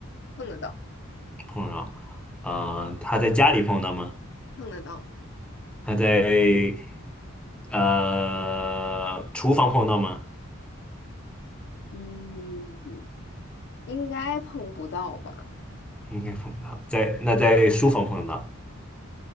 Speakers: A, on the left (about 55°); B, in the centre.
A: 碰得到，
B: 碰得到。呃，他在家里碰得到吗？
A: 碰得到，
B: 他在呃厨房碰得到吗？
A: 嗯，应该碰不到吧？
B: 应该碰不到。在那在书房碰得到，